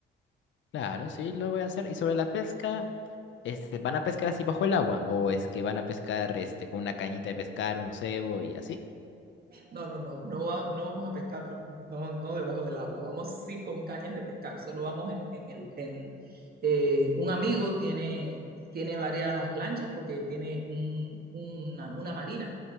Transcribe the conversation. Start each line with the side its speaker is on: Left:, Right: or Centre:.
Left: Claro, sí, lo voy a hacer. Y sobre la pesca, este, ¿van a pescar así bajo el agua? ¿O es que van a pescar este, con una cañita de pescar, un cebo y así?
Right: No, no, no, no, va- no vamos a pescar por- no, no debajo del agua, vamos sí con cañas de pescar, solo vamos en, en el, en, eh, un amigo tiene, tiene varias lanchas porque tiene un- una, una marina